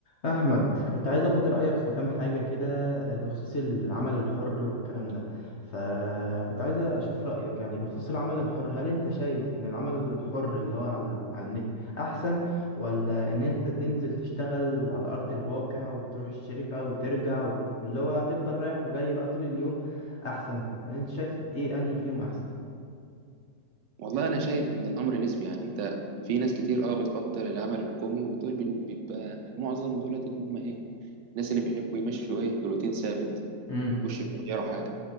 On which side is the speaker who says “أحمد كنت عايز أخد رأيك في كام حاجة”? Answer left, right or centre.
Left